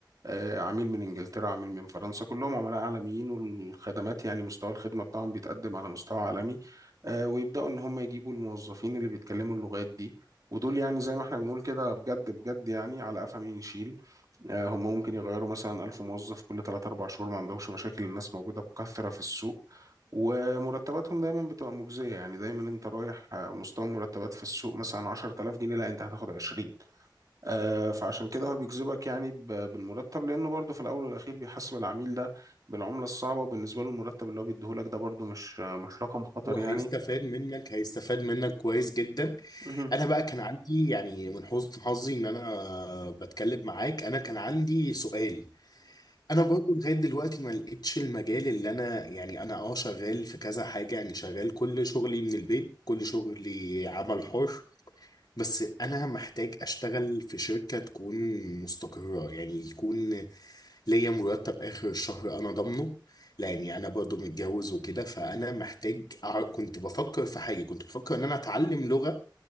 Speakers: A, on the right; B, on the left.
A: آه، عميل من انجلترا عميل من فرنسا كلهم عملاء عالميين والخدمات يعني مستوى الخدمه بتاعهم بيتقدم على مستوى عالمي آه، ويبداوا ان هم يجيبوا الموظفين اللي بيتكلموا اللغات دي ودول يعني زي ما احنا بنقول كده بجد بجد يعني على قفا مين يشيل آه، هم ممكن يغيروا مثلا 1000 موظف كل 3 4 شهور ما عندهمش مشاكل الناس موجودة بكثرة في السوق ومرتباتهم دايما بتبقى مجزية يعني دايما انت رايح آه، مستوى مرتبات في السوق مثلا 10000 جنيه لا انت هتاخد 20 آه، فعشان كده هو بيجذبك يعني ب- بالمرتب لانه برضه في الاول والاخير بيحاسب العميل ده بالعملة الصعبة وبالنسبة له المرتب اللي هو بيديهولك ده برضه مش آه، مش رقم خطر
B: وهيستفاد
A: يعني
B: منك هيستفاد منك كويس جدا
A: مهم.
B: انا بقى كان عندي يعني من حسن حظي ان انا بتكلم معاك انا كان عندي سؤال انا برضو لغايه دلوقتي ما لقيتش المجال اللي انا يعني انا اه شغال في كذا حاجه يعني شغال كل شغلي من البيت كل شغلي عمل حر بس انا محتاج اشتغل في شركه تكون مستقره يعني يكون ليا مرتب اخر الشهر انا ضامنه لاني انا برضو متجوز وكده فانا محتاج أع- كنت بفكر في حاجه كنت بفكر ان انا اتعلم لغه